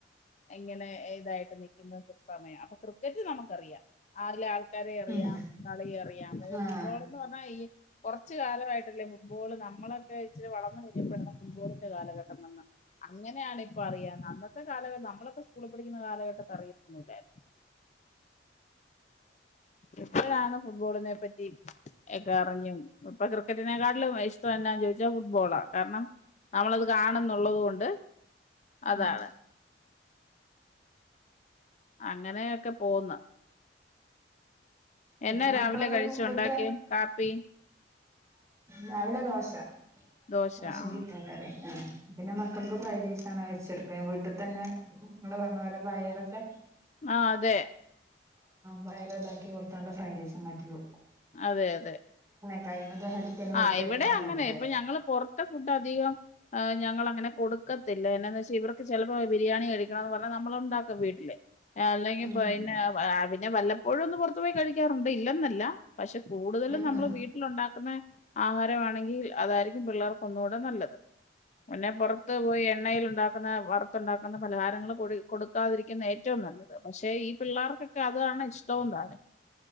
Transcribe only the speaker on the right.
ഉം
ആഹ്
ഉം
പിന്നെ
മക്കളൊക്കെ
വിട്ട്
രാവിലെ ദോശ
ദോശയും
ചിക്കൻ കറി പിന്നെ മക്കൾക്ക് ഫ്രൈഡ് റൈസാണ് വെച്ചെട്ക്ക വീട്ടിത്തെ തന്നെ നിങ്ങൾ പറഞ്ഞ പോലെ പയറൊക്കെ
പയർ ഇതാക്കി കൊടുത്താണ്ട് ഫ്രൈഡ് റൈസ് ണ്ടാക്കി കൊടുക്കും
<unintelligible> തന്നെ കൊടുത്തയക്കണം
എന്നുണ്ട്
ഉം
ഉം
ഉം